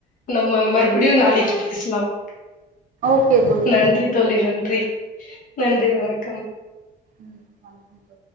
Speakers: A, on the left; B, on the right.
A: நம்ம மறுபடியு நாளைக்கு பேசலாம்
B: ஓகே தோழி
A: நன்றி தோழி நன்றி நன்றி வணக்கம்
B: ம் வணக்கம் தோழி